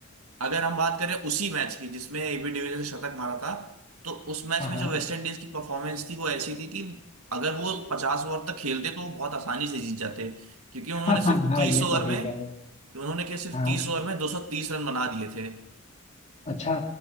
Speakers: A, on the right (about 80°); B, on the left (about 30°).
A: अगर हम बात करें उसी मैच की जिसमें एबी डिविलियर्स ने शतक मारा था तो उस मैच
B: हाँ
A: में
B: हाँ
A: जो वेस्ट इंडीज की परफॉर्मेंस थी वो ऐसी थी कि अगर वो पचास ओवर तक खेलते तो वो बहुत आसानी से जीत जाते क्योंकि
B: <laughs>
A: उन्होंने
B: हाँ हाँ
A: सिर्फ
B: हाँ,
A: तीस
B: ये
A: ओवर
B: तो सही
A: में
B: कह रहे हो
A: उन्होंने क्या सिर्फ
B: हाँ
A: तीस ओवर में दो सौ तीस रन बना दिए थे
B: अच्छा